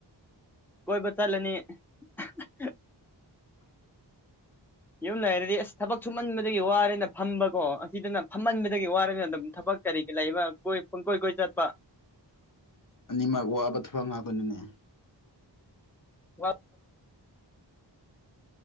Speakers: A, in the centre; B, on the left.
A: ꯀꯣꯏꯕ ꯆꯠꯂꯅꯤ <unintelligible> ꯌꯨꯝ ꯂꯩꯔꯗꯤ ꯑꯁ ꯊꯕꯛ ꯁꯨꯃꯟꯕꯗꯒꯤ ꯋꯥꯔꯦꯅ ꯐꯝꯕꯀꯣ ꯑꯁꯤꯗꯅ ꯐꯝꯍꯟꯕ ꯑꯗꯨꯒꯤ ꯋꯥꯔꯅꯤꯅ ꯑꯗꯨꯝ ꯊꯕꯛ ꯀꯔꯤ ꯂꯩꯕ ꯀꯣꯏ ꯄꯨꯡ ꯀꯣꯏ ꯀꯣꯏ ꯆꯠꯄ
B: ꯑꯅꯤꯃꯛ ꯋꯥꯕ ꯊꯕꯛ ꯉꯥꯛꯇꯅꯅꯦ
A: ꯋꯥ